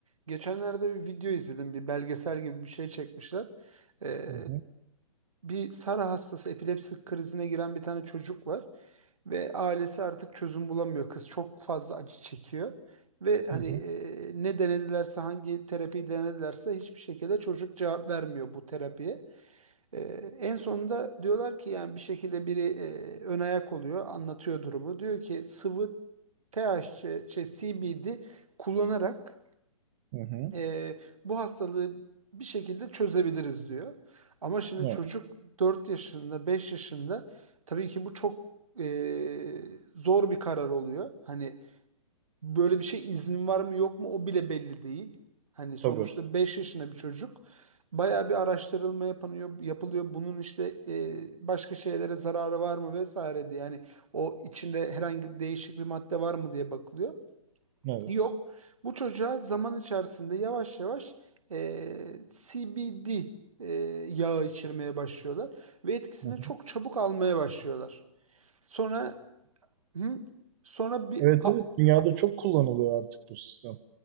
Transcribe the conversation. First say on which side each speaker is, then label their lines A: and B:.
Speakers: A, on the right; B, on the right.
A: Geçenlerde bir video izledim. Bir belgesel gibi bir şey çekmişler. Ee,
B: Hı hı,
A: bir Sara hastası epilepsi krizine giren bir tane çocuk var. Ve ailesi artık çözüm bulamıyor. Kız çok fazla acı çekiyor. Ve hani
B: hı
A: e,
B: hı,
A: ne denedilerse hangi terapiyi denedilerse hiçbir şekilde çocuk cevap vermiyor bu terapiye. Ee, en sonunda diyorlar ki yani bir şekilde biri e, ön ayak oluyor, anlatıyor durumu. Diyor ki sıvı THC, şey, CBD kullanarak
B: hı hı.
A: e, bu hastalığı bir şekilde çözebiliriz diyor. Ama şimdi
B: Evet,
A: çocuk 4 yaşında, beş yaşında tabii ki bu çok e, zor bir karar oluyor. Hani böyle bir şey iznin var mı yok mu o bile belli değil. Hani sonuçta
B: tabii.
A: 5 yaşında bir çocuk bayağı bir araştırılma yapılıyor, yapılıyor. Bunun işte e, başka şeylere zararı var mı vesaire diye. Yani o içinde herhangi değişik bir madde var mı diye bakılıyor.
B: Evet.
A: Yok. Bu çocuğa zaman içerisinde yavaş yavaş eee, CBD eee, yağı içirmeye başlıyorlar ve etkisini
B: Hı hı.
A: çok çabuk almaya başlıyorlar. Sonra hı, sonra bir
B: Evet
A: a,
B: evet dünyada çok kullanılıyor artık bu sistem.